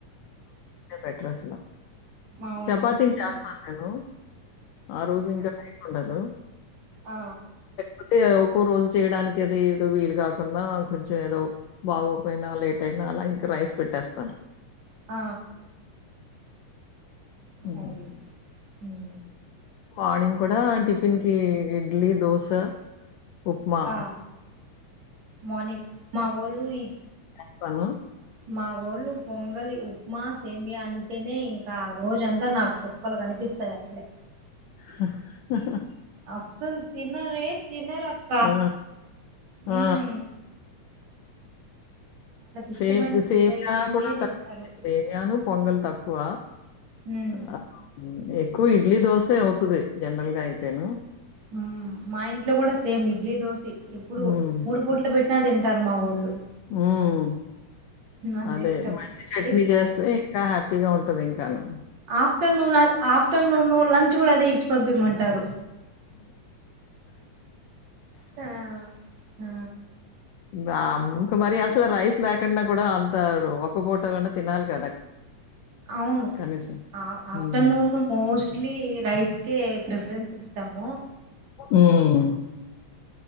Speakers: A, on the left; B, on the right.
A: బెటర్ అసల
B: అవునవును
A: చపాతీని
B: సిస్టర్
A: చేస్తాను నేను ఆ రోజు ఇంకా ఉండదు.
B: ఆ
A: ఐతే ఒక్కో రోజు చేయడానికి అది ఏదో వీలు కాకున్నా కొంచెం ఏదో బాగోపోయినా లేట్ అయినా అలా ఇంకా రైస్ పెట్టేస్తాను.
B: ఆ
A: హ్మ్.
B: అదే హ్మ్
A: మార్నింగ్ కూడా టిఫిన్కి ఇడ్లీ, దోస ఉప్మా
B: ఆ మార్నింగ్ మా వోల్లు ఇ
A: స్తాను.
B: మా వోళ్ళు పొంగలి, ఉప్మా, సేమియ అంటేనే ఇంకా రోజంతా నాకు చుక్కలు కనిపిస్తాయి అట్లే
A: హాహా
B: అసల్ తినరే తినరక్క
A: ఆ!
B: హ్మ్
A: ఆ!
B: ఇష్టమైన
A: సే
B: ఫుడ్
A: సేమియా
B: అయితేనే
A: కూడా
B: తింటారు
A: తక్కువే సేమయాను పొంగల్ త క్కువ.
B: ఉమ్
A: అ ఎ ఎక్కొ ఇడ్లీ, దోసే అవుతుది జనరల్గా అయితేను
B: హ్మ్ మా ఇంట్లో కూడా సేమ్ ఇడ్లీ దోసి ఇప్పుడు
A: హ్మ్.
B: మూడు పూటలు పెట్ నా తింటారు మా వోళ్ళు
A: ఉమ్
B: అంత
A: అదే
B: ఇష్టం
A: మంచి చట్నీ
B: ఇప్
A: చేస్తే ఇంకా హ్యాపీగా ఉంటది ఇంకాను
B: ఆఫ్టర్నూన్ ఆఫ్టర్నూను లంచ్ చ్ కూడా అదే ఇచ్చి పంపిమంటారు. ఆ ఆ
A: బ్యామ్ ఇంకా మరి అసలు రైస్ లేకండా కూడా అంతారు ఒక పూట కన్నా తినాలి కదా
B: అవును
A: కనీసం.
B: ఆ ఆఫ్టర్నూన్
A: హ్మ్.
B: మోస్ట్లీ రైస్కే ప్రిఫరెన్స్ ఇస్తము.
A: ఉమ్